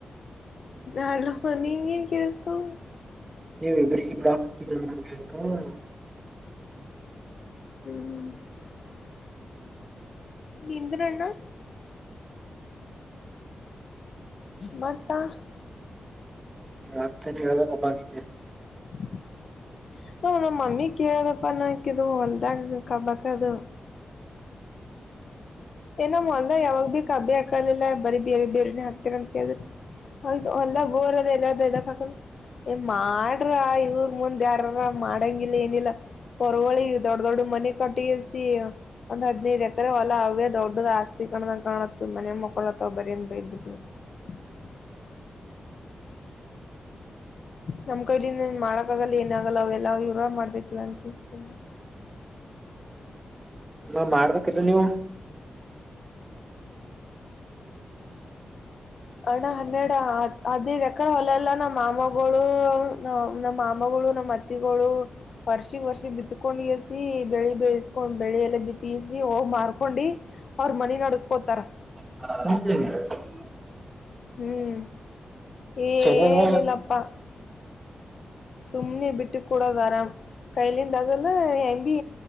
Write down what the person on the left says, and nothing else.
ಹೇಳ್ರಪ್ಪ ನಿನಗೇನು ಕೇಳಿಸಿತು. <unintelligible>
ಹ್ಮ್, ಹ್ಮ್ಮ್. <unintelligible> ನೀನೂಧರನ್ನ. <unintelligible> ಮತ. <unintelligible>
<inaudible> <unintelligible> ಹ್ಮ್ಮ್, ನಮ್ಮ, ಮಮ್ಮಿ, ಕೇಳದಪ್ಪ! ನ ಇದು ಹೊಲ್ದಾಗು, ಕಬಕ್ಕ ಅದು. <unintelligible> ಏನ್, ನಾನು, ಮಂಡೆ ಯಾವಾಗ! ಬೆಕ್ಕು, ಅಡ್ಡಿಯಾಕೊಂಡಿಯಲ್ಲ, ಬೇರೆ ಬಿರುನ್ನೆ, ಆಕ್ತಿನಿ ಅಂತ ಕೇಳಿದ್ದು? <unintelligible> ಆಯ್ತು, ಹೊಳದಾಗ ಬೋರಿದೆ, ಬೇರೆ ಕಡೆ ಹಾಕೋದು. <unintelligible> ಏ, ಮಾಡ್ರ, ಇವರ್, ಮುಂದ್ ಯಾರಾರಾ ಮಾಡಂಗಿಲ್ಲ, ಏನಿಲ್ಲ? <unintelligible> ಹೊರವಳಿ ದೊಡ್ಡ ದೊಡ್ಡ ಮನೆ ಕಟ್ಟಿತಿ ಒಂದ್ ಹದ್ನೈದು ಎಕರೆ ಹೊಲ ಅವೇ? <unintelligible> ದೊಡ್ಡದು, ಆಸ್ತಿ ಕಾಣಗು, ಕಾಣತ್ತು! ಮನೆೆಯ ಮಕ್ಕೊಳ್ಳತು, ಬಾರಿನ, ಬೈದುಬಿಟ್ಟು. <unintelligible> ನಮ್, ಕೈಲಿಂದ ಮಾಡಕ್ಕಾಗಲ್ಲ! ಏನಾಗಲ್ಲ ಅವೆಲ್ಲ? ಇವರಾಗ ಮಾಡ್ಬೇಕಿಲ್ಲ ಅಂತ, ಸುಮ್ನೆ. <unintelligible> <inaudible> <unintelligible>
ಅಣ ಹನ್ನೆಡ ಅದೇ ಹೊಲಲ್ಲ ನಮ್ಮ್ ಮಾಮಗಳು ನಮ್ಮ್ ಮಾಮಗಳು ನಮ್ಮ್ ಅತ್ತಿಗಳು ವರ್ಷಗ್ ವರ್ಷ ಬಿತ್ಕೊಂಡ್ ಎಸಿ ಬೆಳಿ ಬೇಯಸ್ಕೊಂಡ್ ಬೆಳಿ ಎಲ್ಲ ಬಿತ್ತಸಿ ಹೋಗ್ ಮಾರ್ಕೊಂಡು ಅವ್ರ ಮನ ನಡೆಸ್ಕೋತಾರ
ಹ್ಮ್ ಏನಿಲ್ಲಪ್ಪ
ಸುಮ್ಮ್ನೆ ಬಿಟ್ಟ ಕೂಡ ತರ ಕೈಲಿಂದಾಗಲ್ಲ ಎಂಬಿ